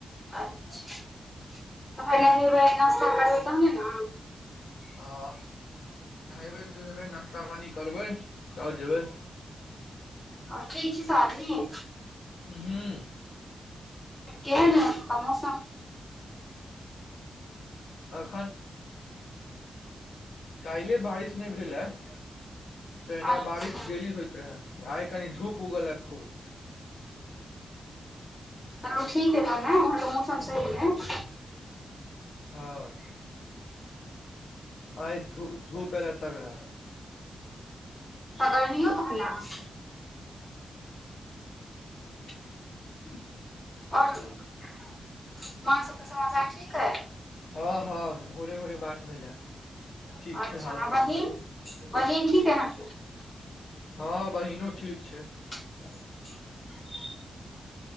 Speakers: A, on the left; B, on the left.
A: अच्छा त
B: हूँ,
A: फेर नहेबै नश्ता करबै तहने ना।
B: हँ नहेबै सोनेबै नास्ता पानी करबै। तब जेबै
A: हथ ईछ साादनी ह
B: हुं
A: केहन हे अता के मौसम
B: एखन। काल्हि बारिश नहि भेल हे तहिना
A: अच्छा
B: बारिश डेली होइत रहे आइ कनी धूप उगल खूब
A: चलो ठीक ह त ह त मौसम सही ह
B: हँ आइ धु धूप आयल तगड़ा
A: तगर नो कहल <inaudible>
B: <inaudible>
A: आओर वहाँ सबके समाचार ठीक अय
B: हँ हँ भोरे भोरे बात भेलल ठीक
A: अच्छा
B: छै हाल
A: आ
B: समाचार
A: बहिन बहिन ठीक अइ अहाँके
B: हँ बहिनो ठीक छै
A: <inaudible>